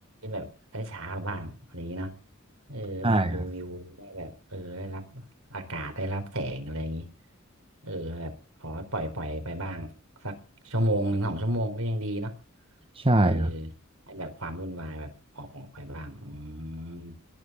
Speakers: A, on the right; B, on the right.
A: แบบได้ช้าลงบ้างอะไรอย่างนี้เนาะเออได้ดูวิวได้แบบเออได้รับ
B: ใช่ครับ
A: อากาศได้รับแสงอะไรอย่างนี้เออแบบขอปล่อยปล่อยไปบ้างสักชั่วโมงหนึ่งสองชั่วโมงก็ยังดีเนาะ
B: ใช่ครับ
A: เออให้แบบความวุ่นวายแบบออกออกไปบ้างอืม